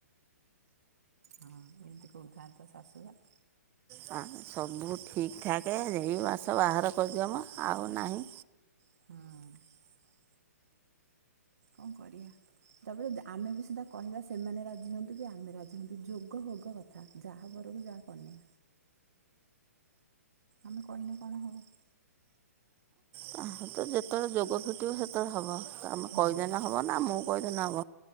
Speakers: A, on the right; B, on the right.
A: ହଁ ଏମିତି କହୁଥାନ୍ତା ଶାଶୁଆ।
B: ହଁ ସବୁ ଠିକି ଠାକ୍ ଏଇ ମାସ ବାହାଘର କରିଦିଅ ମ ଆଉ ନାହିଁ।
A: ହୁଁ। କଣ କରିବା? ତାପରେ ଆମେ ବି ସୁଧା କହିବା ସେମାନେ ରାଜି ହୁଅନ୍ତୁ କି ଆମେ ରାଜି ହୁଅନ୍ତୁ ଯୋଗ ହୋଗ କଥା। ଥା ଯାହାବରକୁ ଯାହା କନ୍ୟା। ଆମେ କହିଲେ କଣ ହବ?
B: ତା ତ ଯେତେବେଳେ ଯୋଗ ଫିଟିବ ସେତେବେଳେ ହବ ଆମେ
A: ହୁଁ
B: କହିଲେ ନା ହ ବ ନା ମୁଁ କହିଦେ ନ ହେବ